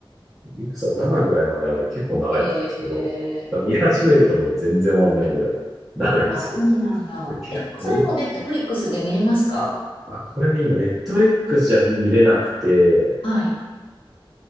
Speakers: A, in the centre; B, on the left.
A: いくつだ、7ぐらいまである結構長いやつなんですけど、
B: へえ。
A: 見始めるともう全然終わんないぐらい長いんですけど、
B: あ、そうなんだ。
A: 結構いい。
B: え、それもネットフリックスで見れますか
A: あ、これね、今、ネットフリックスじゃ見れなくて、
B: はい。